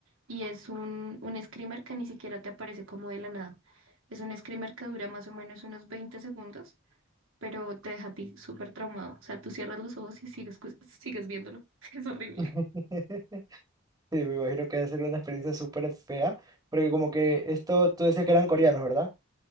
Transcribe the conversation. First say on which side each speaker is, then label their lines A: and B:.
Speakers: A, on the right; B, on the right.
A: Y es un, un screamer que ni siquiera te aparece como de la nada. Es un screamer que dura más o menos unos 20 segundos, pero te deja a ti súper traumado. O sea, tú cierras los ojos y sigues, cu- sigues viéndolo. <laughs> Es horrible.
B: <laughs> Sí, me imagino que debe ser una experiencia súper fea, porque como que esto, tú decías que eran coreanos, ¿verdad?